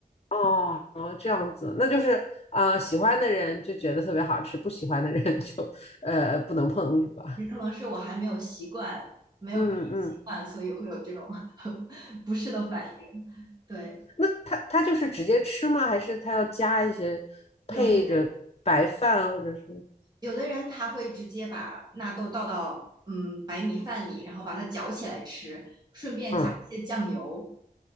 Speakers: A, on the left; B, on the right.
A: 哦，这样子，那就是啊、呃喜欢的人就觉得特别好吃，不喜欢的人 <laughs> 就呃不能碰，是吧？
B: 也可能是我还没有习惯，没有这个习惯，
A: 嗯嗯，
B: 所以会有这种 <laughs> 不适的反应。对，
A: 那他他就是直接吃吗？还是他要加一些配着白饭或者是
B: 有的有的人他会直接把纳豆倒到嗯白米饭里，然后把它搅起来吃，顺便加一些酱油。
A: 嗯